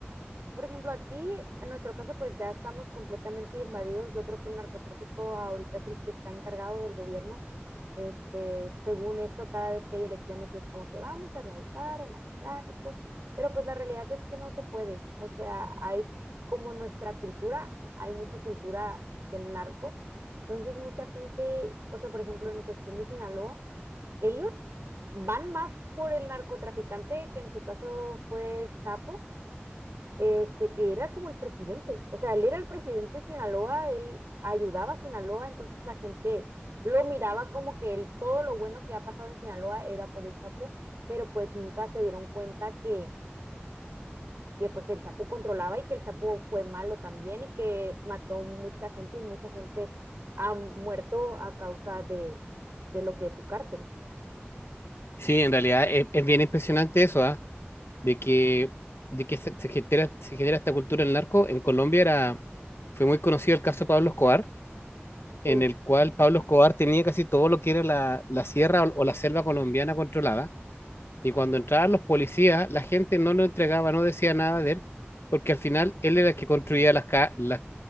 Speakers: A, on the right; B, on the left.
A: por ejemplo, aquí, en nuestro caso, pues ya estamos completamente invadidos. Yo creo que el narcotráfico ahorita es el que está encargado del gobierno. Este, según esto, cada vez que hay elecciones es como que vamos a erradicar el narcotráfico, pero pues la realidad es que no se puede. O sea, hay como nuestra cultura, hay mucha cultura del narco. Entonces, mucha gente, o sea, por ejemplo, en cuestión de Sinaloa, ellos van más por el narcotraficante, que en su caso fue el Chapo este, que era como el presidente. O sea, él era el presidente de Sinaloa, él ayudaba a Sinaloa, entonces la gente lo miraba como que él, todo lo bueno que ha pasado en Sinaloa era por el Chapo, pero pues nunca se dieron cuenta que, que pues el Chapo controlaba y que el Chapo fue malo también y que mató mucha gente y mucha gente ha muerto a causa de, de lo que es su cártel.
B: Sí, en realidad es, es bien impresionante eso, ¿ah? de que, de que se, se genera, se genera esta cultura del narco. En Colombia era, fue muy conocido el caso de Pablo Escobar,
A: Sí,
B: en el cual Pablo Escobar tenía casi todo lo que era la, la sierra o, o la selva colombiana controlada. Y cuando entraban los policías, la gente no lo entregaba, no decía nada de él, porque al final él era el que construía las, ca- las,